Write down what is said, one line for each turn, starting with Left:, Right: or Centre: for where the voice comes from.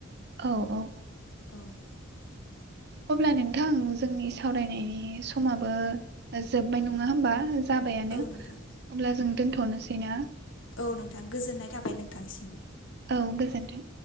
Right: औ औ
Left: <inaudible>
Right: अब्ला नोंथां जोंनि सावरायनायनि समाबो जोबबाय नङा होमबा? जाबायानो
Left: औ
Right: अब्ला
Left: नोंथां
Right: जों दोन्थ'नोसैना?
Left: औ नोंथां गोजोननाय थाबाय नोंथांनिसिम।
Right: औ गोजोन्थों